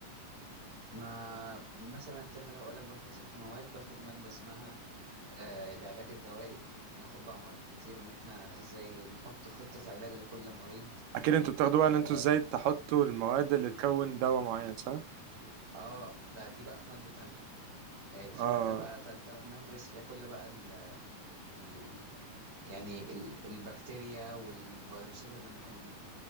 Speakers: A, on the right (about 20°); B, on the right (about 85°).
A: ما مثلا الترم ده اقول لك باخد ست مواد باخد ماده اسمها آه العلاج الدوائي بناخد بقى امراض كتير وان احنا ازاي نحط خطه علاج لكل مريض
B: اكيد انتوا بتاخدوا بقى ان
A: اه
B: انتوا ازاي تحطوا المواد اللي تكون دواء معين صح
A: آه، ده دي بقى في مادة تانية آه، في
B: اه
A: مادة بقى تالتة بندرس فيها كل بقى ال ال يعني ال البكتيريا والفيروسات اللي ممكن